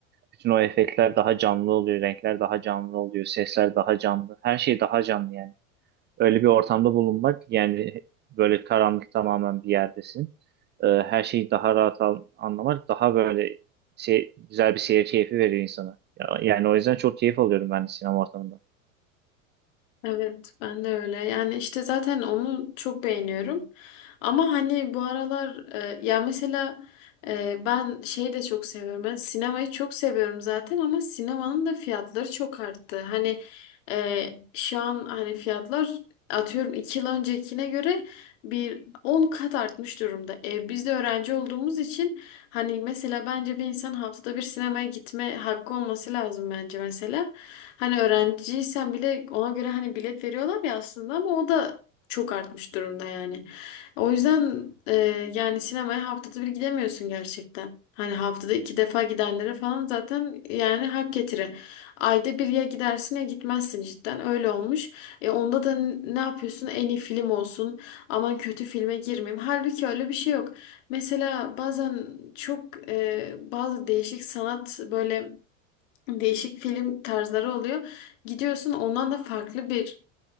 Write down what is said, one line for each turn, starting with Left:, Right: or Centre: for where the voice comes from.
Right: Bütün o efektler daha canlı oluyor, renkler daha canlı oluyor, sesler daha canlı. Her şey daha canlı yani. Öyle bir ortamda bulunmak yani böyle karanlık tamamen bir yerdesin. Ee, her şeyi daha rahat al- anlamak daha böyle se- güzel bir seyir keyfi veriyor insana. Ya- Yani o yüzden çok keyif alıyorum ben de sinema ortamından.
Left: Evet, ben de öyle. Yani işte zaten onu çok beğeniyorum. Ama hani bu aralar e, ya mesela e, ben şeyi de çok seviyorum. Ben sinemayı çok seviyorum zaten ama sinemanın da fiyatları çok arttı. Hani e, şu an hani fiyatlar atıyorum iki yıl öncekine göre bir 10 kat artmış durumda. E, biz de öğrenci olduğumuz için hani mesela bence bir insan haftada bir sinemaya gitme hakkı olması lazım bence mesela. Hani öğrenciysen bile ona göre hani bilet veriyorlar ya aslında ama o da çok artmış durumda yani. O yüzden e, yani sinemaya haftada bir gidemiyorsun gerçekten. Hani haftada iki defa gidenlere falan zaten yani hak getire. Ayda bir ya gidersin ya gitmezsin cidden öyle olmuş. E onda da n- ne yapıyorsun? En iyi film olsun. Aman kötü filme girmeyeyim. Halbuki öyle bir şey yok. Mesela bazen çok e, bazı değişik sanat böyle değişik film tarzları oluyor. Gidiyorsun ondan da farklı bir